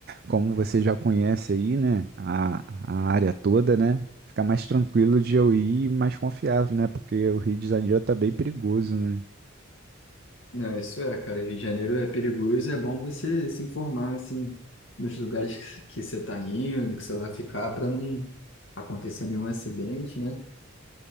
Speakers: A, on the right (about 45°); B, on the left (about 65°).
A: como você já conhece aí, né, a, a área toda, né, fica mais tranquilo de eu ir e mais confiável, né? Porque o Rio de Janeiro tá bem perigoso, né?
B: Não, isso é, cara. Rio de Janeiro é perigoso, é bom você se informar, assim, nos lugares que que você está indo, que você vai ficar, para não acontecer nenhum acidente, né?